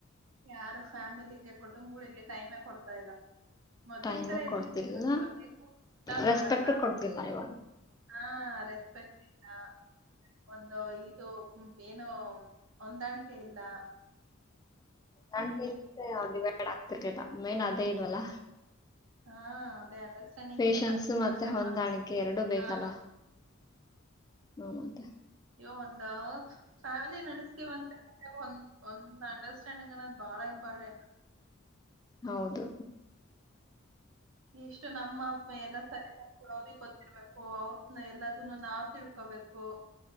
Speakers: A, on the right; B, on the left.
A: ಯಾರು ಫ್ಯಾಮಿಲಿಗೆ ಕುಟುಂಬಗಳಿಗೆ ಟೈಮೇ ಕೊಡ್ತಾ ಇಲ್ಲ ಮೊದ್ಲಿನ
B: ಟೈಮು
A: ತರೆಯಲ್ಲಿ
B: ಕೊಡ್ತಿಲ್ಲ
A: ಕ್ಯಾಬ್ೊ ಕೂಟರ್ನ್
B: ರೆಸ್ಪೆಕ್ಟ್
A: ಮಾಡಲ್ಲ
B: ಕೊಡ್ತಿಲ್ಲ ಇವಾಗ
A: ಹಾ ರೆಸ್ಪೆಕ್ಟ್ ಇಂತ ಒಂದು ಇದು ಏನು ಹೊಂದಾಣಿಕೆ ಇಲ್ಲ
B: ನನ್ ಕೆ ಡಿವೈಡ್ ಆಗ್ತಿರ್ಿಲ್ಲ ಮೇನ್ ಅದೇ ಇಲ್ವಲ್ಲ
A: ಹಾ ಅದೇ ಅಂಡರ್ಸ್ಟ್ಯಾಂಡಿಂಗೇ
B: ಪೇಶನ್ಸ್
A: ಇಲ್ಲ
B: ಮತ್ತೆ
A: ಫಸ್ಟ್ ಆಫ್
B: ಹೊಂದಾಣಿಕೆ
A: ಆಲ್
B: ಎರಡುೂ ಬೇಕಲ್ಲ
A: ಹಾ
B: ಹಾಮದ
A: ಅವತ್ ಒಂದ ಫ್ಯಾಮಿಲಿ ನಡೆಸ್ತಿೀವಂತ ಒ ಒಂದು ಅಂಡರ್ಸ್ಟ್ಯಾಂಡಿಂಗ್ ಅನ್ನೋದು್ ಬಾಳ ಇಂಪಾರ್ಟೆಂಟ್
B: ಹೌದು
A: ಇಷ್ಟು ನಮ್ಮ ಎಲ್ಲ ಸರಿ ತರು ಅವ್ರಗ್ ಗೊತ್ತಿರ್ಬೇಕು ಅವ್ರ ಎಲ್ಲದನ್ನ ನಾವ್ ತಿಳ್ಕೋು ು